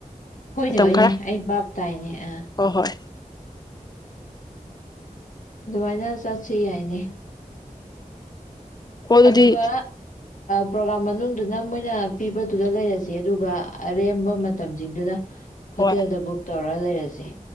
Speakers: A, on the left; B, on the left.
A: ꯍꯣꯏꯅꯦ
B: ꯃꯇꯝ
A: ꯍꯣꯏꯅꯦ
B: ꯈꯔ
A: ꯑꯩ ꯚꯥꯞ ꯇꯥꯏꯅꯦ ꯑ
B: ꯍꯣꯏ ꯍꯣꯏ
A: ꯑꯗꯨꯃꯥꯏ ꯅ ꯆ ꯁꯤ ꯌꯥꯏꯅꯦ
B: ꯎꯝ ꯍꯣ ꯑꯗꯨꯗꯤ
A: ꯑꯗꯨꯒ ꯄ꯭ꯔꯣꯒꯥꯝ ꯃꯅꯨꯡ ꯑꯗꯨꯅ ꯃꯣꯏꯅ ꯄꯤꯕꯗꯨꯗ ꯂꯩꯔꯁꯦ ꯑꯗꯨꯒ ꯑꯔꯦꯝꯕ ꯃꯇꯝ ꯖꯤꯡ ꯗꯨꯅ ꯍꯣꯇꯦꯜꯗ
B: ꯍꯣꯏ
A: ꯕꯨꯛ ꯇꯧꯔ ꯂꯩꯔꯁꯦ ꯁꯦ